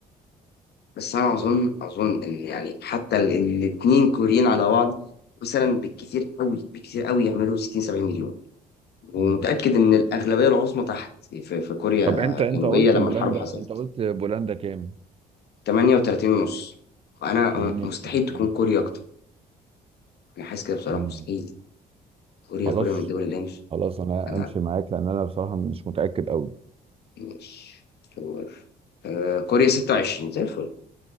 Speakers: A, on the left; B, on the right.
A: بس انا اظن اظن ان يعني حتى الاثنين كوريين على بعض مثلا بالكثير قوي بالكثير قوي يعملوا 60 70 مليون
B: مم.
A: ومتأكد ان الاغلبية العظمى تحت في, في كوريا
B: طب انت
A: الجنوبية
B: انت قلت
A: لما
B: بولندا
A: الحرب حصلت
B: انت قلت بولندا كام
A: 38 ونص وانا
B: 38
A: مستحيل تكون كوريا
B: ونص
A: اكتر انا حاسس كده بصراحه
B: مم.
A: مستحيل كوريا
B: خلاص
A: كوريا من الدول اللي هي مش
B: خلاص انا
A: انا
B: امشي معاك لان انا بصراحه مش متاكد قوي
A: مش شور آه كوريا 26 زي الفل